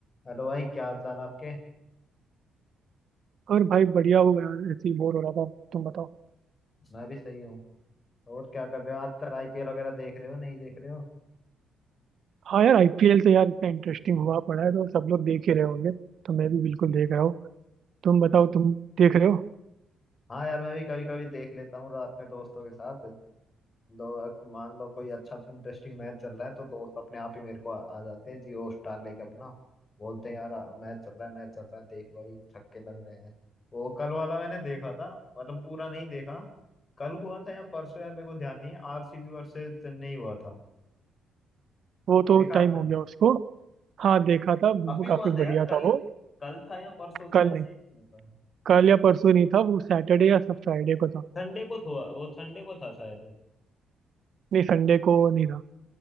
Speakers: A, on the left; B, on the right.
A: Hello भाई क्या हाल चाल आपके
B: और भाई बढ़िया हो यार ऐसे ही बोर हो रहा था तुम बताओ
A: मैं भी सही हूँ और क्या कर रहे हो आजकल आईपीएल वगैरह देख रहे हो नहीं देख रहे हो
B: हाँ यार आईपीएल तो यार इतना इंटरेस्टिंग हुआ पड़ा है तो सब लोग देख ही रहे होंगे तो मैं भी बिल्कुल देख रहा हूँ तुम बताओ तुम देख रहे हो
A: हाँ यार मैं भी कभी कभी देख लेता हूँ रात में दोस्तों के साथ दो मान लो कोई अच्छा इंटरेस्टिंग मैच चल रहा है तो दोस्त अपने आप ही मेरे को आ, आ जाते हैं जियो स्टार लेके अपना बोलते हैं यार मैच चल रहा है मैच चल रहा है देख भाई छक्के लग रहे हैं वो कल वाला मैंने देखा था मतलब पूरा नहीं देखा कल हुआ था या परसों यार मेरे को ध्यान नहीं है आरसीबी वर्सेस चेन्नई हुआ था
B: वो
A: देखा
B: तो टाइम
A: आपने
B: हो गया उसको हाँ देखा था वो
A: अभी हुआ
B: काफी
A: था यार
B: बढ़िया
A: कल
B: था वो
A: कल था या परसों था
B: कल
A: ऐसे
B: नहीं
A: ही हुआ था
B: कल या परसों नहीं था वो सैटरडे या सब फ्राइडे को था
A: संडे को था वो संडे को था शायद
B: नहीं संडे को नहीं था